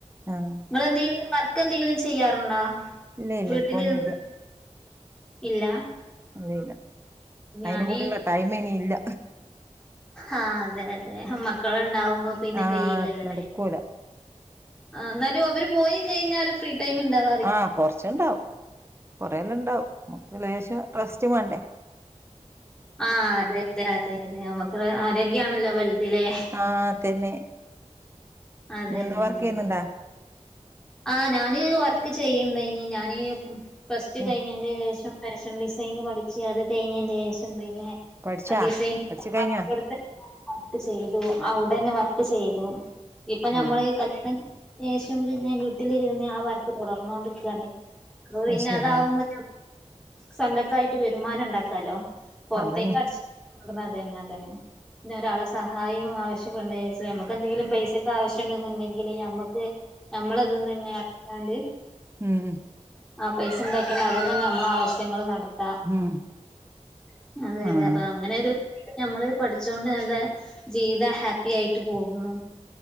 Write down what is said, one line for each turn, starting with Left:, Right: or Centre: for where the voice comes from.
Right: ആഹ്
Centre: നിങ്ങളെന്തെങ്കിലും വർക്ക് എന്തെങ്കിലും ചെയ്യാറുണ്ടോ
Right: ഇല്ല ഇല്ല
Centre: വീട്ടിലിരുന്ന്
Right: ഇപ്പൊ ഒന്നും ഇല്ല
Centre: ഇല്ല
Right: ഒന്നുംഇല്ല
Centre: ഞാനീ
Right: അയിന് കൂടെള്ള ടൈം ഇനി ഇല്ല
Centre: ആഹ് അതെ അതെ മക്കളുണ്ടാവുമ്പോ പിന്നെ
Right: ആഹ്
Centre: കയ്യില്ലല്ലല്ലേ
Right: നടക്കൂല
Centre: ആഹ് എന്നാലും അവര് പോയി കഴിഞ്ഞാല് ഫ്രീ ടൈം ഉണ്ടാവും
Right: ആഹ് കൊറച്ചുണ്ടാവും കൊറെല്ലാം ഉണ്ടാവും നക്ക് ലേശം റെസ്റ്റ് വേണ്ടേ
Centre: ആഹ് അതെ അതെ അതെ അതെ നമുക്ക് ആരോഗ്യാണല്ലോ വലുതലെ
Right: ആഹ് ആതന്നെ
Centre: അതന്നെ
Right: ഇനി എന്താ വർക്ക്
Centre: അതന്നെ
Right: ചെയ്യുന്നുണ്ടാ
Centre: ആഹ് ഞാന് വർക്ക് ചെയ്യുന്നുണ്ട ഇനി ഞാന് ഫ്സ്റ്റ്
Right: ഉം
Centre: കഴിഞ്ഞതിന് ശേഷം ഫാഷൻ ഡിസൈന് പഠിച്ചു അത് കഴിഞ്ഞതിന് ശേഷം പിന്നെ
Right: പഠിച്ചാ
Centre: <unintelligible>
Right: പഠിച്ചു കഴിഞ്ഞാ
Centre: വർക്ക് ചെയ്തു അവിടെന്നെ വർക്ക് ചെയ്തു ഇപ്പൊ ഞമ്മൾ
Right: ആ
Centre: ഈ കല്യാണം ശേഷംണ്ട് ഞാൻ വീട്ടിലിരുന്ന് ആ വർക്ക് തുടർന്നൊണ്ടിരിക്കാണ് അപ്പൊ പിന്നെ
Right: അത് ശരി
Centre: അതാവുമ്പ സ്വന്തക്കായിട്ട് വരുമാനം ഉണ്ടാക്കാലോ പുറത്തേക്ക്
Right: അതന്നെ
Centre: അട <unintelligible> അതെന്നെ അതന്നെ പിന്നെ ഒരാളെ സഹായം ആവശ്യപ്പെടച്ച നമുക്ക്ന്തെങ്കില പൈസൊക്കെ ആവശ്യംണ്ടെന്നുണ്ടെങ്കില് മ്മുക്ക് ഞമ്മള അതൊന്ന തന്നെ അക്കാണ്ട്
Right: ഉം ഉം
Centre: ആ പൈസ ഉണ്ടാക്കിണ്ടണ്ട് അതും തന്നെ നമ്മൾ ആവശ്യങ്ങങ്ങള് നടത്
Right: ഉം
Centre: <unintelligible> അതെതെ
Right: ആഹ്
Centre: അപ്പൊ അങ്ങനെരു ഞമ്മള് പഠിച്ചുണ്ട് നല്ല ജീവിതം ഹാപ്പി ആയിട്ട് പോകുന്നു